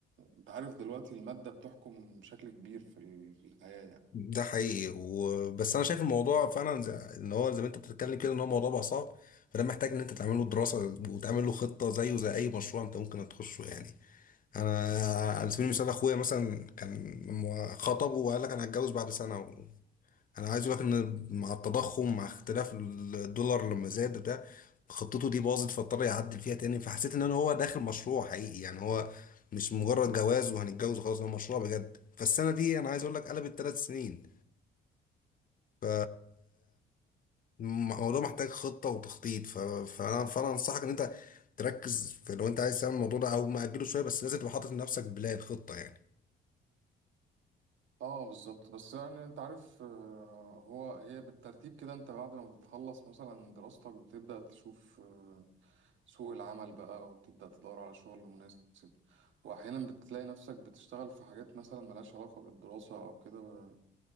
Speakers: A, on the right (about 75°); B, on the left (about 45°).
A: أنت عارف دلوقتي المادة بتحكم بشكل كبير في ال- في الحياة يعني
B: ده حقيقي وبس انا شايف الموضوع فعلا زي ان هو زي ما انت بتتكلم كده ان هو موضوع بقى صعب فده محتاج ان انت تعمل له دراسه وتعمل له خطه زيه زي اي مشروع انت ممكن تخشه يعني انا على سبيل المثال اخويا مثلا كان لما خطبه وقال لك انا هتجوز بعد سنه و... انا عايز اقول لك ان مع التضخم مع اختلاف الدولار لما زاد بتاع خطته دي باظت فاضطر يعدل فيها تاني فحسيت ان انا هو داخل مشروع حقيقي يعني هو مش مجرد جواز وهنتجوز خلاص هو مشروع بجد فالسنه دي انا عايز اقول لك قلبت ثلاث سنين ف الموضوع محتاج خطه وتخطيط ف... فانا فانا انصحك ان انت تركز في لو انت عايز تعمل الموضوع ده او ماجله شويه بس لازم تبقى حاطط لنفسك بلان خطه يعني
A: اه بالظبط بس يعني انت عارف آه، هو هي بالترتيب كده انت بعد ما بتخلص مثلا دراستك بتبدأ تشوف آه، سوق العمل بقى وتبدأ تدور على شغل مناسب واحيانا بتلاقي نفسك بتشتغل في حاجات مثلا ملهاش علاقة بالدراسة او كده ب-